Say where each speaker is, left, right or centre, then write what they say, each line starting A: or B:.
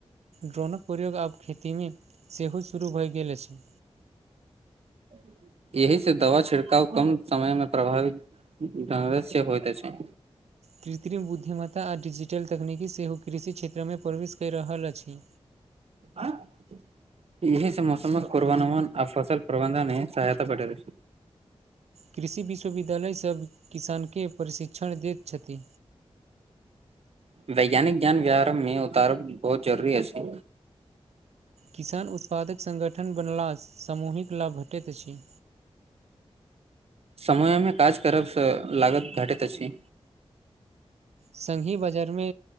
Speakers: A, on the right; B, on the right.
A: ड्रोनक प्रयोग आब खेतीमे सेहो शुरू भऽ गेल अछि
B: <inaudible> एहि से दवा छिड़काव कम समय में प्रभावित्य होइत छै
A: कृत्रिम बुद्धिमता आ डिजिटल तकनीकी सेहो कृषि क्षेत्रमे प्रवेश कऽ रहल अछि
B: आँ यह से मौसमक पूर्वानुमान आ फसल प्रबंधन मे सहायता भेट रहल छै
A: कृषि विश्वविद्यालयसभ किसानके प्रशिक्षण दैत छथि
B: वैज्ञानिक ज्ञान व्यहार में उतार बहुत जरूरी अछि
A: किसान उत्पादक सङ्गठन बनलास सामूहिक लाभ भेटैत अछि
B: समयमे काज करब लागत घाटैत छी
A: सङ्गी बाजारमे